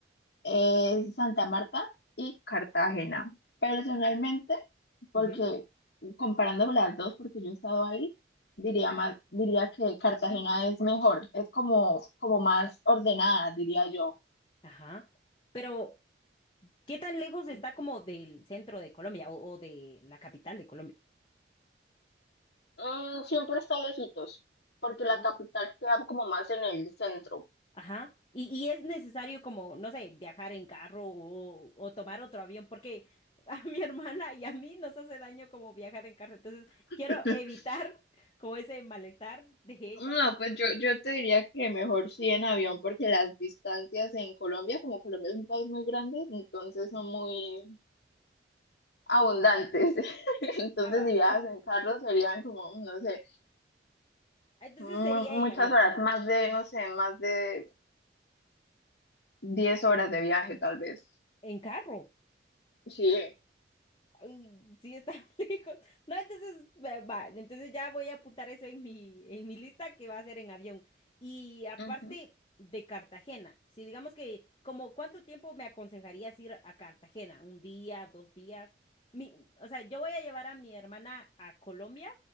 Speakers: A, on the left; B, on the left.
A: es Santa Marta y Cartagena. Personalmente,
B: <laughs>
A: porque
B: Ujú.
A: comparando las dos, porque yo he estado ahí, diría más, diría que Cartagena es mejor, es como, como más ordenada, diría yo.
B: Ajá. Pero ¿Qué tan lejos está como del centro de Colombia o, o de la capital de Colombia?
A: Mm, siempre está lejitos, porque la
B: Mm,
A: capital queda como más en el centro.
B: Ajá. Y, y es necesario como, no sé, viajar en carro o, o tomar otro avión, porque a mi <laughs> hermana y a mí nos hace daño como viajar en carro. Entonces, quiero
A: <laughs>
B: evitar como ese malestar de ella.
A: No, pues yo, yo te diría que mejor sí en avión, porque las distancias en Colombia, como Colombia es un país muy grande, entonces
B: ujú.
A: son muy, abundantes. <laughs> Entonces,
B: Ah,
A: si
B: va.
A: viajas
B: <laughs>
A: en carro, serían como, no sé,
B: Entonces
A: mu-
B: sería en
A: muchas
B: avión,
A: horas, más de, no sé, más de 10 horas de viaje, tal vez.
B: en carro.
A: Sí.
B: Ay, sí, está <laughs> lejos. No, entonces, eh, va, entonces ya voy a apuntar eso en mi, en mi lista que va a ser en avión. Y aparte
A: Ujú.
B: de Cartagena, si digamos que, como cuánto tiempo me aconsejarías ir a Cartagena, un día, dos días. Mi, o sea, yo voy a llevar a mi hermana a Colombia,